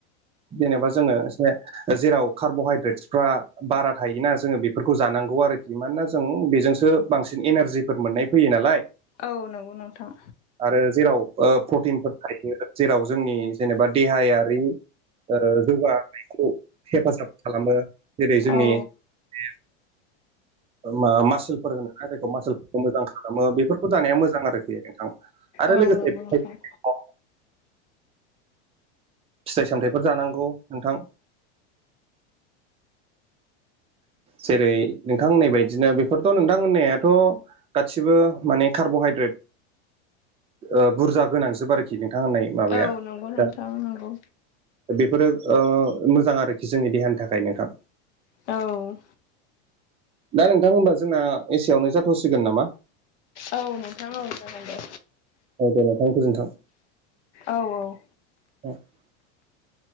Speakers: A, on the right; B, on the left.
A: जेनेबा जोङो एसे जेराव कार्बहायद्रेट्सफ्रा बारा थायोना जोङो बेफोरखौ जानांगौ आरोखि मानोना जों बेजोंसो बांसिन एनारजिफोर मोननाय फैयो नालाय
B: औ नंगौ नोंथां।
A: आरो जेराव ओ प्रटिनफोर थायो जेराव जोंनि जेनेबा देहायारि ओ जौगानायखौ हेफाजाब खालामो जेरै जोंनि
B: औ
A: बे मा मासोलफोर होनोना जायखौ मासोलफोरखौ मोजां खालामो बेफोरखौ जानाया मोजां आरोखि नोंथां। आरो
B: औ
A: लोगोसे
B: नंगौ
A: फिथाइ
B: नोथां।
A: फिथाइ सामथाइफोर जानांगौ नोंथां। जेरै नोंथां होननाय बायदिनो बेफोरथ' नोंथां होननायाथ' गासिबो माने कार्बहाइद्रेट ओ बुरजा गोनांजोब आरोखि नोंथां होननाय माबाया
B: औ नंगौ नोंथां
A: दा
B: नंगौ।
A: बेफोरो ओ मोजां आरोखि जोंनि देहानि थाखाय नोंथां।
B: औ।
A: दा नोंथां होनबा जोंना एसेयावनो जाथ'सिगोन नामा?
B: औ नोंथां औ जागोन दे।
A: औ दे नोंथां गोजोन्थों।
B: औ औ।
A: <inaudible>